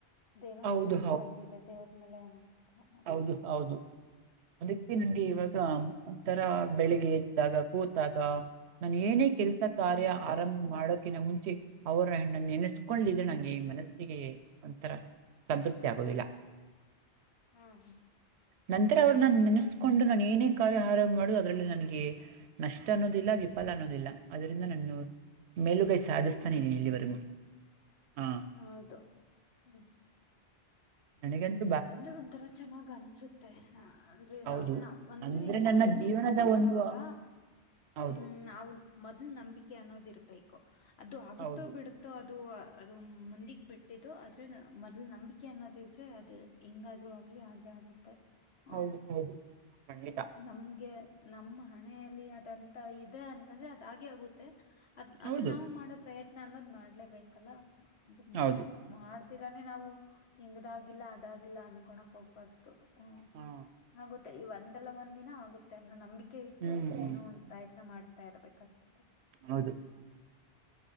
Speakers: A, on the left; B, on the right.
A: ಇದೇನು
B: ಹೌದು
A: ನಂಬಿಕೆ ಬಂದಿದೆ ದೇವರ್ಮೆಲೆ ಹಾ
B: ಉದ ಹೌದು. ಅದಕ್ಕೆ ನಂಗೆ
A: ಹ್ಮ್
B: ಇವಾಗ ಒಂಥರ ಬೆಳಿಗ್ಗೆ ಎದ್ದಾಗ ಕೂತಾಗ ನಾನ ಏನೇ ಕೆಲ್ಸ ಕಾರ್ಯ.
A: ಹ್ಮ್
B: ಆರಂಭ ಮಾಡೋಕಿನ ಮುಂಚೆ ಅವ್ರ ಅನ್ನ ನೆನೆಸ್ಕೊಂಡಿದ
A: ಹ್ಮ್
B: ನಂಗೆ ಈ ಮನಸ್ಸಿಗೆ ಒಂಥರ ಸಂತೃಪ್ತಿ ಆಗುದಿಲ್ಲ.
A: ಹಾ ಹಾ
B: ನಂತರ ಅವ್ರನ್ನ ನೆನಸ್ಕೊಂಡು ನಾನ ಏನೇ ಕಾರ್ಯಹಾರ ಮಾಡುದು ಅದರಲ್ಲಿ ನನಗೆ ನಷ್ಟ ಅನ್ನೋದಿಲ್ಲ
A: ಹ್ಮ್
B: ವಿಫಲ ಅನ್ನೋದಿಲ್ಲ ಅದರಿಂದ ನನ್ನು ಮೇಲುಗೈ ಸಾಧಿಸ್ತಾನ
A: ಹ್ಮ್
B: ಇದೀನಿ ಇಲ್ಲಿವರೆಗೂ ಹಾ
A: ಹೌದು ಹ್ಮ.
B: ನನಗಂತ <unintelligible>
A: ಅಂದ್ರೆ ಒಂಥರ ಚೆನ್ನಾಗ್ ಅನ್ಸುತ್ತೆ ಅಂದ್ರೆ
B: ಹೌದು
A: ನಾವ್ ನಾವ ಅಂದ್ರೆ
B: ನನ್ನ
A: ಏನೆ
B: ಜೀವನದ
A: <inaudible> ಕಾರ್ಯ ಮಾಡವಾಗ
B: ಒಂದು ಹೌದು
A: ಹೂ ನಾವು <inaudible> ಮೊದಲ್ಲ ನಂಬಿಕೆ ಅನ್ನೋದ ಇರ್ಬೇಕು ಅದು ಆಗುತ್ತೋ
B: ಹೌದು
A: ಬಿಡುತ್ತೋ ಅದು ಅದು ಮುಂದಿಗ್ ಬಿಟ್ಟ <inaudible> ಟ್ಟಿದು ಆದ್ರೆ ಮೊದಲ ನಂಬಿಕೆ ಅನ್ನೋದ ಇದ್ರೆ ಅದು ಹೆಂಗ ಆದ್ರೂ ಆಗ್ಲಿ ಹಾಗೆ ಆಗುತ್ತೆ. <inaudible>
B: ಹೌದ ಹೌದ ಖಂಡಿತ. <inaudible>
A: ನಮಗೆ ನಮ್ಮ ಹಣೆಯಲ್ಲಿ ಅದಂತ ಇದೆ ಅಂತಂದ್ರೆ ಅದ ಆಗೆ ಆಗುತ್ತೆ. <inaudible> ಅದ್ ಆದ್ರೆ
B: ಹೌದು
A: ನಾವು ಮಾಡೋ ಪ್ರಯತ್ನ ಅನ್ನೋದ್ ಮಾಡಲೇ ಬೇಕಲ್ಲ ಅ
B: ಹೌದು
A: <inaudible> ಮಾಡದಿರಾನೇ ನಾವು ಹಿಂಗದಾಗಿಲ್ಲ ಅದಾಗಿಲ್ಲ ಅನ್ಕೋಳಕ್ ಹೋಗ್ಬಾರ್ದ. <inaudible> ಹೂ
B: ಹಾ
A: ಆಗುತ್ತೆ ಈ ಒಂದಲ್ಲ ಒಂದ್ ದಿನ ಆಗುತ್ತೆ ಅನ್ನೋ ನಂಬಿಕೆ ಇಟ್ಟು
B: ಹ್ಮ್
A: ಏನೋ ಒಂದ. <inaudible> ಪ್ರಯತ್ನ ಮಾಡ್ತಾ ಇರ್ಬೇಕ ಅಸ <inaudible>
B: ಹೌದು? <inaudible>